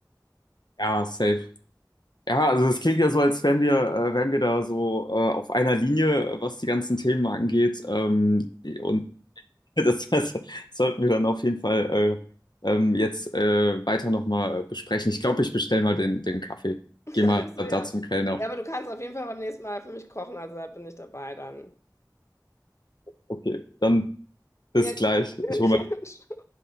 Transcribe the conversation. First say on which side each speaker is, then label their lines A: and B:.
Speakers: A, on the left; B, on the left.
A: ja, safe. Ja, also es klingt ja so, als wären wir, äh, wären wir da so äh, auf einer Linie, äh, was die ganzen Themen angeht. Ähm, und <laughs> das, das sollten wir dann auf jeden Fall äh, ähm, jetzt äh, weiter nochmal besprechen. Ich glaube, ich bestelle mal den, den Kaffee.
B: <laughs>
A: Geh mal
B: Also,
A: da
B: ja.
A: zum Kellner.
B: Ja, aber du kannst auf jeden Fall beim nächsten Mal für mich kochen, also da bin ich dabei dann.
A: Okay, dann bis
B: Ja,
A: gleich. Ich
B: <laughs> okay.
A: hole